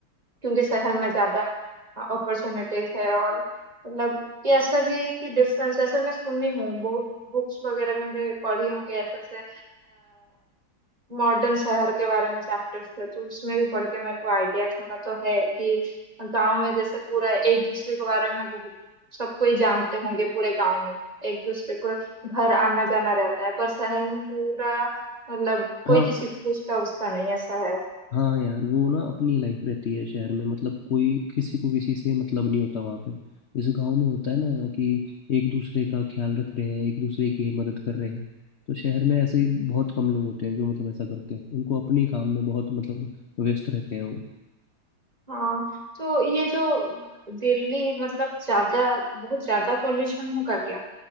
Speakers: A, on the right; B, on the left.
A: क्योंकि शहर में ज्यादा अपॉर्चुनिटीज है और मतलब ये ऐसा भी है कि डिफरेंस ऐसे मैं सुनी हूँ बहुत बुक्स वगैरह में भी पढ़ी हूँ कि ऐसे ऐसे मॉडर्न शहर के बारे में चैप्टर्स थे तो उसमें भी पढ़ के मेरे को आइडिया थोड़ा तो है कि गांव में जैसे पूरा एक दूसरे के बारे में बहुत सबको ही जानते होंगे पूरे गांव में एक दूसरे को घर आना जाना रहता है पर शहर में पूरा मतलब कोई
B: हाँ
A: किसी को पूछता उछता नहीं ऐसा है
B: हाँ यार वो ना अपनी लाइफ रहती है शहर में मतलब कोई किसी को किसी से मतलब नहीं होता वहाँ पे जैसे गांव में होता है ना कि एक दूसरे का ख्याल रख रहे हैं एक दूसरे की मदद कर रहे हैं तो शहर में ऐसे ही बहुत कम लोग होते हैं जो मतलब ऐसा करते हैं उनको अपने काम में बहुत मतलब व्यस्त रहते हैं वो
A: हाँ तो ये जो दिल्ली मतलब ज्यादा बहुत ज्यादा पॉल्यूशन होगा क्या